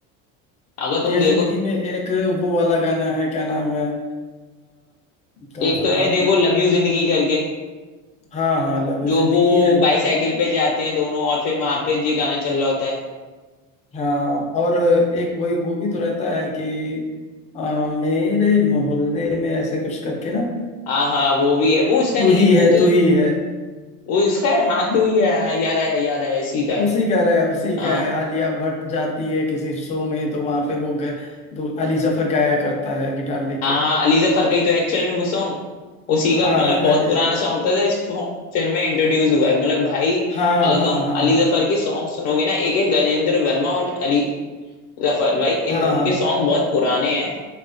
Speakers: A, on the left; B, on the left.
A: अगर तुम
B: डियर
A: देखो
B: जिंदगी में एक वो वाला गाना है क्या नाम है अ, कौन
A: एक
B: सा
A: तो
B: था
A: है देखो लव यू जिंदगी करके
B: हाँ हाँ लव यू
A: जो
B: जिंदगी
A: वो
B: है
A: बाईसाइकिल पे जाते हैं दोनों और फिर वहां पे ये गाना चल रहा होता है
B: हाँ और एक वही वो भी तो रहता है कि आ, मेरे मोहल्ले में ऐसे कुछ करके ना
A: हाँ हाँ वो भी है वो इसका
B: तू
A: नहीं
B: ही
A: है वो
B: है
A: तो
B: तू ही है
A: वो इसका है हाँ
B: न-
A: टू ही है हाँ, याद आया याद आया इसी का है
B: उसी का रहा है उसी का
A: हाँ
B: है आलिया भट्ट जाती है किसी शो में तो वहां पे वो ग, दो- अली जफर गाया करता है गिटार लेके
A: हाँ अली जफर का
B: ये
A: ही तो एक्चुअल में वो सॉन्ग उसी का
B: हाँ
A: मतलब बहुत
B: अली
A: पुराना सॉन्ग था, था इस फिल्म में इंट्रोड्यूस हुआ है मतलब भाई
B: हाँ
A: अगर
B: हाँ
A: तुम
B: हाँ
A: अली
B: हाँ
A: जफर के सॉन्ग सुनोगे ना एक है गजेंद्र वर्मा और अली जफर भाई इन
B: हाँ
A: दोनों
B: हाँ
A: के सॉन्ग बहुत पुराने हैं